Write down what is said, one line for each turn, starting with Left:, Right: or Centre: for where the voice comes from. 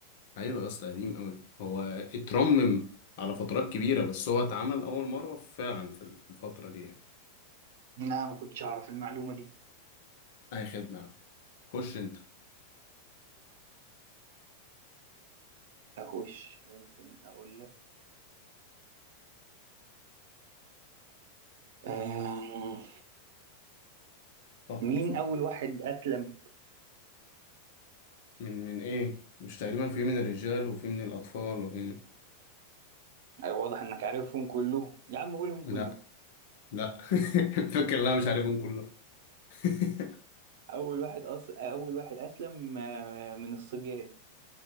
Left: أيوة يا اسطى قديم أوي هو اترمم على فترات كبيرة بس هو اتعمل أول مرة فعلا في ال- في الفترة دي يعني
Right: لا ما كنتش اعرف المعلومة دي
Left: أي خدمة يا عم. خش أنت
Right: اخش ممكن اقول لك آه...
Left: فكر
Right: مين
Left: فكر
Right: اول واحد اسلم
Left: من من إيه مش تقريبا في من الرجال وفي من الأطفال وفي
Right: أيوة واضح انك عارفهم كلهم يا عم قولهم
Left: لا
Right: كلهم
Left: لا <laughs> فاكر لا مش عارفهم كله <laughs>
Right: اول واحد أص... اول واحد اسلم آه، من الصبيان